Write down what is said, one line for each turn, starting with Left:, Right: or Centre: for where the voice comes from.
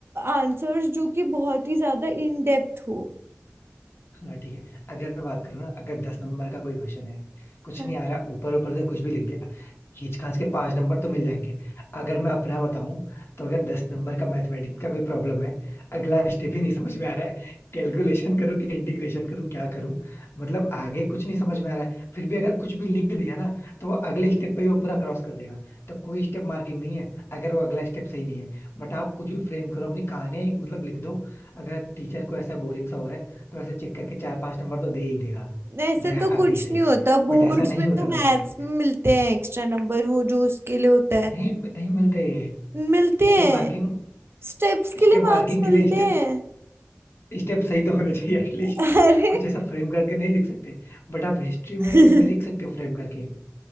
Right: answers जो कि बहुत ही ज्यादा इन डेप्थ हो
Left: हाँ ठीक है अगर मैं बात करूँ ना अगर दस नंबर का कोई क्वेश्चन है कुछ
Right: हाँ।
Left: नहीं आ रहा ऊपर ऊपर से कुछ भी लिख दिया खींच खाच के पांच नंबर तो मिल जाएंगे अगर मैं अपना बताऊं तो अगर दस नंबर का मैथमेटिक्स का कोई प्रॉब्लम है अगला स्टेप ही नहीं समझ में आ रहा है कैलकुलेशन करूँ कि इंटीग्रेशन करूँ क्या करूँ मतलब आगे कुछ नहीं समझ में आ रहा है फिर भी अगर कुछ भी लिख दिया ना तो वो अगले स्टेप पे ही वो पूरा क्रॉस कर देगा तो कोई स्टेप मार्किंग नहीं है अगर वो अगला स्टेप सही नहीं है बट आप कुछ भी फ्रेम करो अपनी कहानी मतलब लिख दो अगर टीचर को ऐसा बोरिंग सा हो रहा है तो ऐसे चेक करके चार पांच नंबर तो दे ही देगा
Right: ऐसे
Left: दया
Right: तो
Left: खा
Right: कुछ
Left: के ही सही
Right: नहीं होता
Left: बट
Right: बोर्ड्स
Left: ऐसा नहीं
Right: में
Left: होता
Right: तो मैथ्स
Left: मैथमेटिक्स
Right: में मिलते हैं एक्स्ट्रा नंबर वो जो उसके लिए होता है
Left: नहीं नहीं मिलते
Right: मिलते
Left: स्टेप
Right: हैं
Left: मार्किंग
Right: स्टेप्स के
Left: स्टेप
Right: लिए
Left: मार्किंग
Right: मार्क्स
Left: के
Right: मिलते
Left: लिए स्टेप
Right: हैं
Left: स्टेप सही तो होने चाहिए एटलीस्ट
Right: <laughs> अरे
Left: कुछ ऐसा फ्रेम करके नहीं लिख सकते बट आप हिस्ट्री
Right: <laughs>
Left: में उसमें लिख सकते हो फ्रेम करके